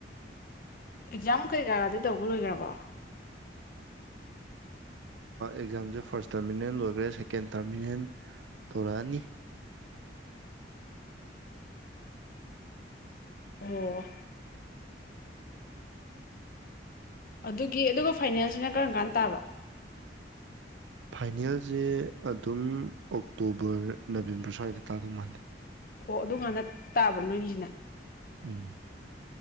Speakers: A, on the left (about 50°); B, on the right (about 85°).
A: ꯑꯦꯛꯖꯥꯝ ꯀꯩꯀꯥꯗꯤ ꯇꯧꯕꯔꯣꯏꯈ꯭ꯔꯕꯣ
B: ꯑꯦꯛꯖꯥꯝꯁꯦ ꯐꯥꯔꯁ ꯇꯔꯃꯤꯅꯦꯜ ꯂꯣꯏꯈ꯭ꯔꯦ ꯁꯦꯀꯦꯟ ꯇꯔꯃꯤꯅꯦꯜ ꯇꯧꯔꯛꯑꯅꯤ
A: ꯑꯣ ꯑꯗꯨꯒꯤ ꯑꯗꯨꯒ ꯐꯥꯏꯅꯥꯟꯁꯁꯤꯅ ꯀꯔꯝ ꯀꯥꯟ ꯇꯥꯕ
B: ꯐꯥꯏꯅꯦꯜꯁꯦ ꯑꯗꯨꯝ ꯑꯣꯛꯇꯣꯕꯔ ꯅꯕꯦꯝꯕꯔ ꯁ꯭ꯋꯥꯏꯗ ꯇꯥꯗꯧ ꯃꯥꯜꯂꯦ
A: ꯑꯣ ꯑꯗꯨꯀꯥꯟꯗ ꯇꯥꯕ꯭ꯔꯥ ꯅꯣꯏꯒꯤꯁꯤꯅ
B: ꯎꯝ